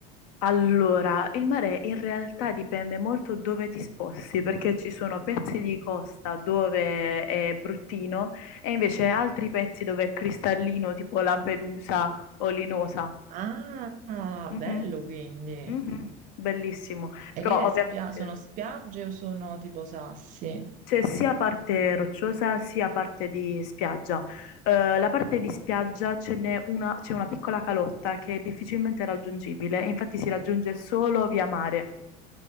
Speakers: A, on the left; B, on the right.
A: Allora, il mare in realtà dipende molto dove ti sposti, perché ci sono pezzi di costa dove è bruttino e invece altri pezzi dove è cristallino, tipo Lampedusa o Linosa.
B: Ah,
A: Mhm.
B: bello quindi.
A: Mhm, Bellissimo, però
B: E lì le
A: ovviamente
B: spia- sono spiagge o sono tipo sassi?
A: c'è sia parte rocciosa sia parte di spiaggia. Eh, la parte di spiaggia ce n'è una, c'è una piccola calotta che è difficilmente raggiungibile, infatti si raggiunge solo via mare